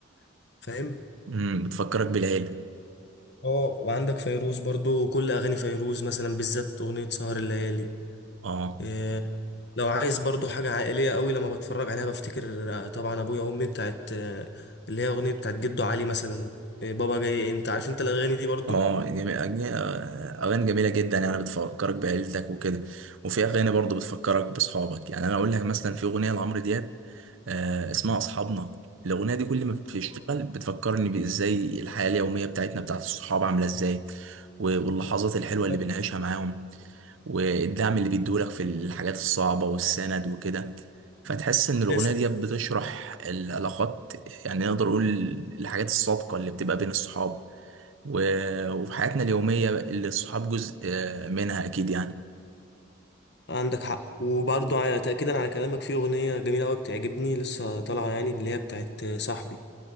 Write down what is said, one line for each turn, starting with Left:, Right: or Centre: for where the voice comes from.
Left: وفاهم
Right: امم بتفكرك بالعيلة
Left: اه وعندك فيروز برضو كل اغاني فيروز مثلا بالذات اغنيه سهر الليالي
Right: اه
Left: إيه لو عايز برضو حاجه عائليه قوي لما بتفرج عليها بفتكر آه، طبعا ابويا وامي بتاعت آه، اللي هي اغنيه بتاعت جدو علي مثلا إيه بابا جاي امتى عارف انت الاغاني دي برضو
Right: اه جميل أج- اغاني جميلة جدا يعني بتفكرك بعيلتك وكده وفي اغاني برضو بتفكرك باصحابك يعني انا اقول لك مثلا في اغنية لعمرو دياب آه اسمها اصحابنا الاغنية دي كل ما بتشتغل
Left: آه.
Right: بتفكرني بازاي الحياة اليومية بتاعتنا بتاعت الصحاب عاملة ازاي و- واللحظات الحلوة اللي
Left: آه.
Right: بنعيشها معاهم والدعم اللي بيدولك في الحاجات الصعبة والسند وكده فتحس إن الأغنية
Left: تسلم
Right: دي بتشرح العلاقات يعني نقدر نقول الحاجات الصادقة اللي بتبقى بين الصحاب و- وفي حياتنا اليومية اللي الصحاب جزء آه، منها أكيد يعني
Left: عندك حق وبرضو على- تاكيدا على كلامك في اغنيه جميله قوي بتعجبني لسه طالعه يعني اللي هي بتاعت آه، صاحبي